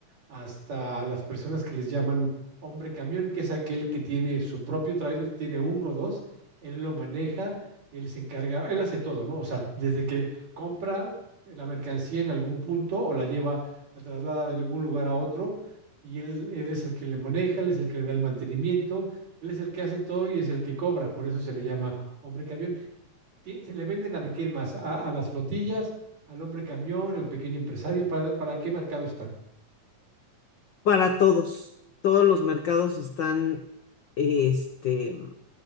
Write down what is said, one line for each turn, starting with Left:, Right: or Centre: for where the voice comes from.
Right: hasta las personas que les llaman hombre camión, que es aquel que tiene su propio tráiler, tiene uno o dos, él lo maneja, él se encarga, él hace todo, ¿no? O sea, desde que compra la mercancía en algún punto o la lleva, la traslada de algún lugar a otro y él, él es el que le maneja, él es el que le da el mantenimiento, él es el que hace todo y es el que cobra, por eso se le llama hombre camión. Ti- Se le venden a quién más, a, a las flotillas, al hombre camión, al pequeño empresario, ¿para, para qué mercado están?
Left: Para todos. Todos los mercados están, este,